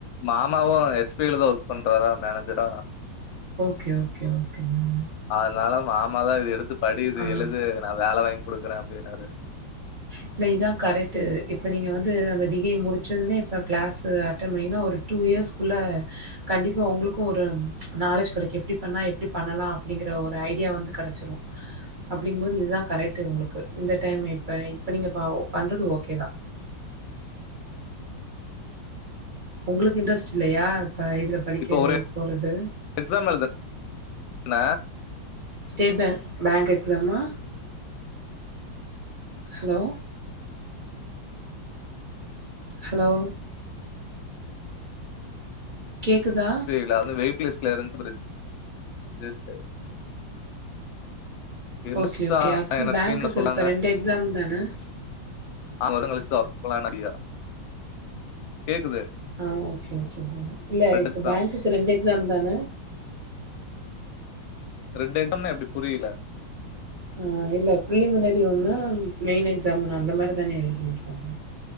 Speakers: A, on the left; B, on the right.
A: மாமாவு எஸ் பி ஐ தா ஒர்க் பண்றாறா மேனேஜரா
B: ஓகே ஓகே ஓகே ம்
A: அதனால மாமா தா இது எடுத்து படி இது
B: ஆ.
A: எழுது நா வேல வாங்கி குடுக்றே அப்டினாரு
B: இல்ல இதா கரெக்டு இப்ப நீங்க வந்து அந்த டிகிரி முடிச்சதுமே இப்ப கிளாஸூ அட்டன் பண்ணீங்னா ஒரு டூ இயர்ஸ் குள்ள கண்டிப்பா உங்ளுக்கு ஒரு நாலேஜ் கெடைக்கு எப்டி பண்ணா எப்டி பண்ணலா அப்டிங்கற ஒரு ஐடியா வந்து கெடச்சிரு அப்டிங்கும்போது இதுதா கரெக்ட்டு உங்ளுக்கு இந்த டைம் இப்ப இப்ப நீங்க பண்றது ஓகே தா உங்ளுக்கு இன்ட்ரெஸ்ட் இல்லையா இப்ப இதுல படிக்க
A: இப்ப ஒரு
B: போறது
A: எக்ஸாம் எழுத ந
B: ஸ்டேட் பேங்க் பேங்க் எக்ஸாமா ஹலோ ஹலோ கேக்குதா
A: புரில வெயிட்டுலிஸ்ல இருந்ச்சி சொல்லி சேர் சேர் இர்ந்துஸ்தா
B: ஓகே, ஓகே. ஆக்சுவலி
A: அ எனக்கு
B: பேங்க்குக்கு
A: டீம்ல சொன்னாங்க
B: இப்ப எக்ஸாம் தான?
A: நாலு வாரோ கலிஸ்தா அவர் போலான் அடியா கேக்குது
B: ஆ ஓகே ஓகே ப்ரோ இல்ல
A: ரெண்டு
B: இப்ப
A: எக்ஸாம்
B: பேங்குக்கு ரெண்டு எக்ஸாம்தான
A: ரெண்டு எக்ஸாம்னா எப்டி புரில
B: ஆ இல்ல பிலிமினரி ஒன்னு மெய்ன் எக்ஸாம் ஒன்னு அந்த மாரிதான இது பண்ணிருக்காங்க